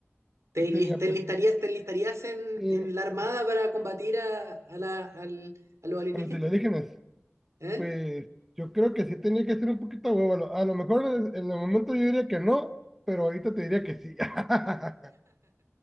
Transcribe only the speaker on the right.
¿Te,
enlis-
te
enlistarías, te enlistarías en,
en la armada
para combatir a, a la, al, a los alienígenas?
¿Eh?